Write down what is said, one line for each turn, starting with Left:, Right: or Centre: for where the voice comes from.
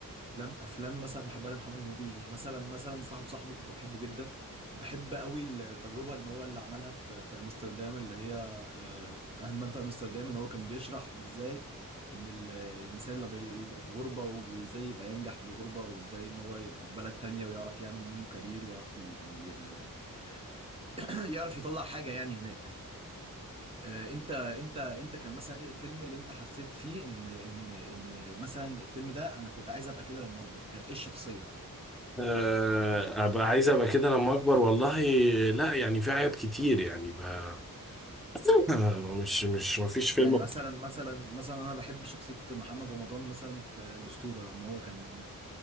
Right: افلام افلام مثلا بحبها لمحمد هنيدي مثلا مثلا صاحب صاحبه كنت بحبه جدا وبحب قوي التجربه ان هو اللي عملها في في امستردام اللي هي آه، اهم من في امستردام ان هو كان بيشرح ازاي ان ال- الانسان لما يبقى في غربه وازاي يبقى ينجح في الغربه وازاي ان هو يبقى في بلد تانية ويعرف يعمل منه كارير ويعرف ي... ي- <clears throat> يعرف يطلع حاجه يعني هناك آه، انت انت انت كان مثلا ايه الفيلم اللي انت حسيت فيه ان ان ان مثلا الفيلم ده انا كنت عايز ابقى كده لما اكبر كانت ايه الشخصيه
Centre: أه ابقى عايز ابقى كده لما اكبر والله لا يعني في حاجات كتير يعني ب... <laughs> آه، مش مش مفيش فيلم
Right: يعني مثلا مثلا مثلا انا بحب شخصيه محمد رمضان مثلا في الاسطوره لما هو كان